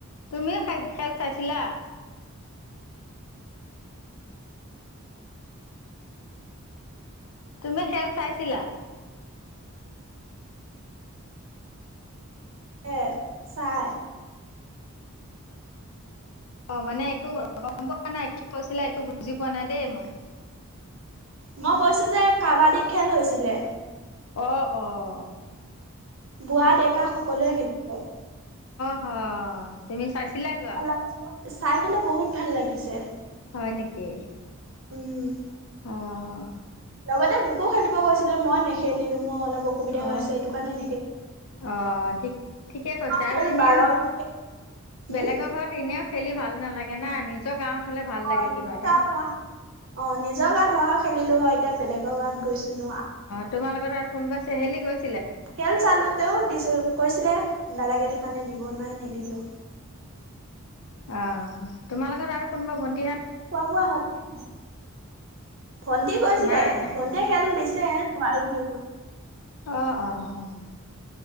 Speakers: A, on the left (about 75°); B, on the right (about 55°).
A: তুমিও খাই খেল চাইছিলা। তুমি খেল চাইছিলা?
B: পে চাই।
A: অহ ', মানে একো গম পোৱা নাই কি কৈছিলে একো বুজি পোৱা নাই দেই মই।
B: মই কৈছো যে কাবাডী খেল হৈছিলে।
A: অহ ',- অহ ',
B: বুঢ়া ডেকা সকলোৱে খেলিব।
A: হহ ', তুমি চাইছিলা গোৱা।
B: লাগিছে চাই পেলাই বহুত ভাল লাগিছে।
A: হয় নেকি?
B: উম',
A: অহ ',
B: লগতে মোকো খালিব কৈছিলে মই নেখেলিলো। মই অলপ অসুবিধা হৈ
A: অ
B: আছে সেইটো কাৰণে মেখেলী,
A: অ ঠিক ঠিকে কৈছে
B: <unintelligible>
A: আৰু এনেও
B: এনে খেল বাৰ উম',
A: বেলেগৰ ঘৰত এনেও খেলি ভাল নালাগে না নিজৰ গাঁৱত হলে ভাল
B: অহ
A: লাগে
B: ', নিজৰ
A: কিবা এটা।
B: গা ধৰা অ নিজৰ গা ধৰা হ খেলিলো হয়। এতিয়া বেলেগ গাওঁত। গৈছো ন।
A: তোমালোকৰ আৰু কোনোবা চহেলি গৈছে
B: খেল চালো তেও দিছিল কৈছিলে দাদা কেইটাৰ মানে দিব নাই নিদিলো।
A: অহ ', তোমাৰ লগত আৰু কোনোবা ভণ্টি
B: খোৱা বোৱা হয়। ভণ্টি কৈছিলে
A: নাই নাই
B: ভন্টিয়ে খেল দিছে যে নোৱাৰিলে গৈ
A: অহ', - অহ', - অহ',